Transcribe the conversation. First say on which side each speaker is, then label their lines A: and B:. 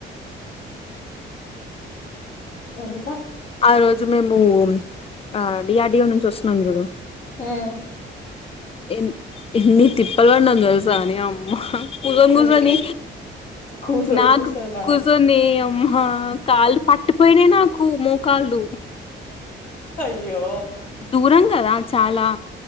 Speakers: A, on the left; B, on the left.
A: ఇంకా
B: ఆ రోజు మేము ఆ డిఆర్డియ నుంచి వస్తున్నాం చూడు
A: హ్మ్మ్
B: ఎ ఎన్ని తిప్పల పన్నాము నే అమ్మ ఇంక ముందు
A: ఎందుకే కూసోలు
B: నాకు
A: కూసోలా
B: కూర్చొనే అమ్మా కాళ్లు పట్పోయినాయి నాకు మోకాళ్ళు ఉ
A: అయ్యో
B: దూరం కదా చాలా